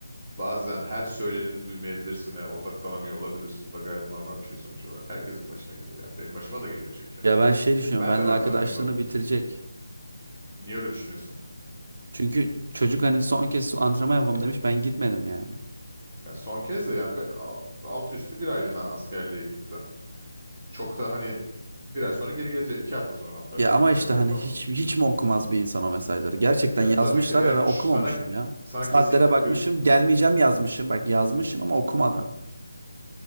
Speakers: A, in the centre; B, on the right (about 45°).
A: bazen her söyleneni duymayabilirsin veya odaklanamıyor olabilirsin. Bu da gayet normal bir şey sonuç olarak. Herkesin başına gelir ya. Benim başıma da geliyor çünkü.
B: Ya ben şey düşünüyorum
A: Ben
B: benle
A: de bazen
B: arkadaşlığını
A: duymam.
B: bitirecek.
A: Niye öyle düşünüyorsun?
B: Çünkü çocuk hani son kez antrenman yapalım demiş ben gitmedim yani.
A: Ya son kez de yani be- a- alt üstü bir aylığına askerliğe gitti. Çok da hani bir ay sonra geri gelecek. iki hafta sonra hatta
B: Ya
A: şu
B: ama
A: an
B: işte
A: ne kadar
B: hani
A: kaldı?
B: hiç hiç mi okumaz bir insan o mesajları? Gerçekten
A: Ya
B: yazmışlar
A: tabii ki e,
B: ve
A: ç-
B: ben okumamışım
A: sana
B: ya.
A: sana
B: Saatlere
A: kesinlikle
B: bakmışım
A: kırgın
B: gelmeyeceğim yazmışım. Bak yazmışım ama okumadan.